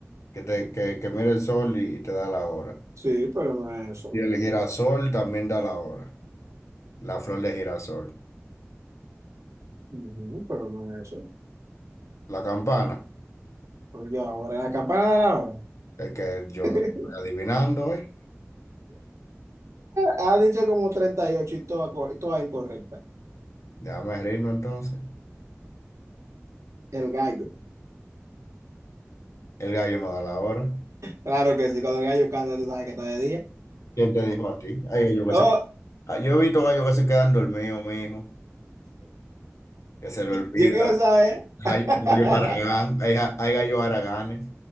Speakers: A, on the left; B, on the right.
A: que, te, que, que mira el sol y, y te da la hora.
B: Sí, pero no es eso.
A: Y el girasol también da la hora. La flor de girasol.
B: Ujú, pero no es eso.
A: La campana,
B: Oye, ahora la campana da la hora.
A: el que yo
B: <laughs>
A: no estoy adivinando, ¿eh?
B: Ha dicho como 38 y ocho y toda, co- toda incorrecta.
A: Déjame reírnos entonces.
B: El gallo.
A: El gallo no da la hora.
B: Claro que sí, cuando el gallo canta, tú sabes que está de día.
A: ¿Quién te dijo a ti? Ay, gallo que
B: Oh,
A: se- Ah, Yo he visto gallos que se quedan dormidos, mijo, que se le olvida.
B: yo quiero saber. <laughs>
A: Hay gallos haraganes, hay, ga- hay gallos haraganes.